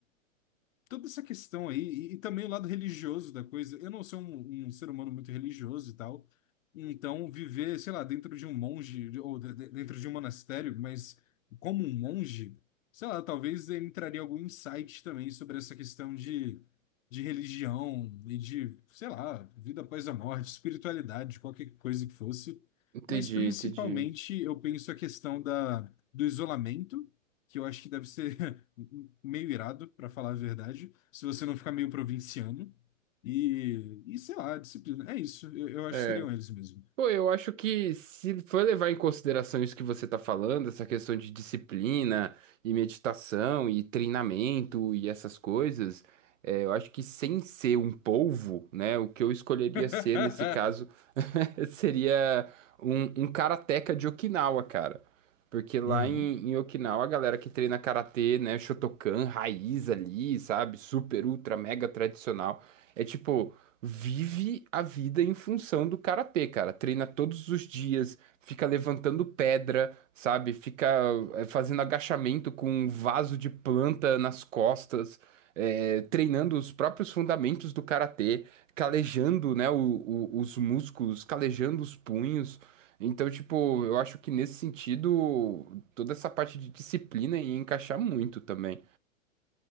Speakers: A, on the left (about 75°); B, on the right (about 65°).
A: toda essa questão aí, e, e também o lado religioso da coisa. Eu não sou um, um ser humano muito religioso e tal, então viver, sei lá, dentro de um monge, de- ou de- de- dentro de um monastério, mas como um monge, sei lá, talvez eu entraria algum insight também sobre essa questão de, de religião e de, sei lá, vida após a morte, espiritualidade, qualquer coisa que fosse.
B: Entendi,
A: Mas principalmente
B: entendi.
A: eu penso a questão da, do isolamento, que eu acho que deve ser meio irado, pra falar a verdade, se você não ficar meio provinciano. E, e sei lá, disciplina. É isso, eu, eu acho
B: É,
A: que seriam eles mesmo.
B: Pô, eu acho que se for levar em consideração isso que você tá falando, essa questão de disciplina e meditação e treinamento e essas coisas, é, eu acho que sem ser um polvo, né, o que eu escolheria
A: <laughs>
B: ser nesse caso <laughs> seria um, um karateca de Okinawa, cara. Porque lá
A: Uhum.
B: em, em Okinawa, a galera que treina karatê, né, Shotokan, raiz ali, sabe? Super, ultra, mega tradicional. É tipo, vive a vida em função do karatê, cara. Treina todos os dias, fica levantando pedra, sabe? Fica é, fazendo agachamento com um vaso de planta nas costas, é, treinando os próprios fundamentos do karatê calejando, né, o- o- os músculos, calejando os punhos. Então, tipo, eu acho que nesse sentido, toda essa parte de disciplina ia encaixar muito também.